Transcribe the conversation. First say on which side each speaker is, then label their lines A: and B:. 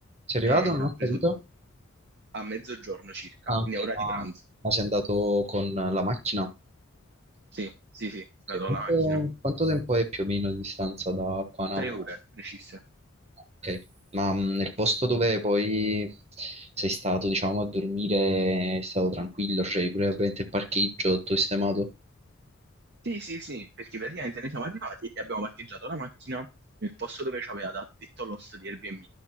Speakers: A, on the right; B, on the right.
A: Sei arrivato?
B: e
A: Non
B: ho
A: ho
B: preso
A: capito.
B: a mezzogiorno circa,
A: Ah,
B: quindi
A: ok,
B: a ora
A: ma,
B: di pranzo.
A: ma sei andato con la macchina? Ok,
B: Sì, sì, sì, vado
A: Quanto,
B: alla macchina.
A: quanto tempo è più o meno di distanza da qua a Napoli?
B: Tre ore precise.
A: Ok, ma mh, nel posto dove poi sei stato, diciamo, a dormire è stato tranquillo, c'è pure ovviamente il parcheggio, tutto sistemato.
B: Sì, sì, sì, perché praticamente noi siamo arrivati e abbiamo parcheggiato la macchina nel posto dove ci aveva da- detto l'host di Airbnb,